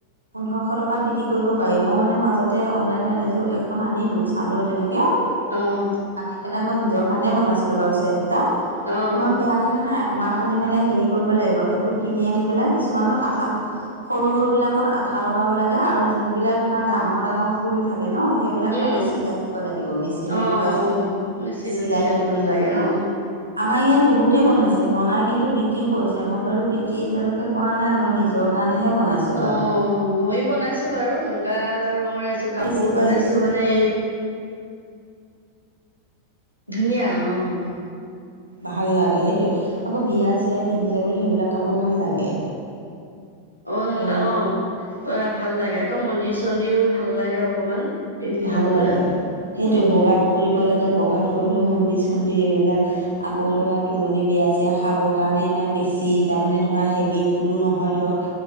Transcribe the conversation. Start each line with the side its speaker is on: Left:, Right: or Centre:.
Right: পোন্ধৰশ টকাত বি কি কৰিব পাৰি, মই মানে মাজতে অনলাইনত এযোৰ এখন আনিলোঁ, চাদৰ আনি
Left: অ'
Right: পেলাই মই নিজৰ কাৰণেই বনাইছিলোঁ বাৰু চেট এটা।
Left: অ'
Right: তোমাক বেয়া লগা নাই? তোমা খালী মানে হেৰি কৰিব লাগিব, সেইটো কিনি আনি পেলাই কিছুমানৰ আঠা সৰু সৰু বিলাকত আঠা লগাব লাগে, আৰু যোনবিলাক ধৰা ডাঙৰ ডাঙৰ ফুল থাকে থাকে ন, সেইবিলাক
Left: উম
Right: মানে চিলাই দিয়ে। লাগিব, মেচিনত
Left: অ' অ'
Right: চিলা
Left: মেচিনত
Right: চিলাই কৰি দিব
Left: লাগে
Right: লাগিব।
Left: অ'
Right: আমাৰ ইয়াত বহুতেই বনাইছে, বনাই কিন্তু বিক্ৰীও কৰিছে, মই বাৰু বিক্ৰী এতিয়ালৈকে কৰা নাই,। মই নিজ ৰ কাৰণেহে বনাইছো।
Left: অ', ময়ো বনাইছো বাৰু, মুগা ৰঙৰ এযোৰ কাপোৰ
Right: সেইটো
Left: বনাইছো
Right: আজিকালি দেখিবলৈ
Left: মানে এই ধুনীয়া অহ।
Right: ভাল লাগে সেইটোৱেই, আকৌ বিয়াই চিয়াই পিন্ধি যাবলৈ সেইবিলাক কাপোৰ ভাল লাগে।
Left: অ',
Right: সেইবিলাক
Left: অ', ভাল লাগে, আকৌ মন্দিৰ চন্দিৰো ভাল লাগে অকমান। পিন্ধি
Right: ভাল
Left: যাবলৈ।
Right: লাগে
Left: উম।
Right: সেইটোৱে বগাত কৰিব লাগে, বগাত কৰিলেও মন্দিৰ চন্দিৰ এইবিলাক আকৌ ধৰা তোলনি বিয়া চিয়া খাবৰ কাৰণে ইমান বেছি তাৰমানে ধৰা হেভি কোনো নহয় ধৰক,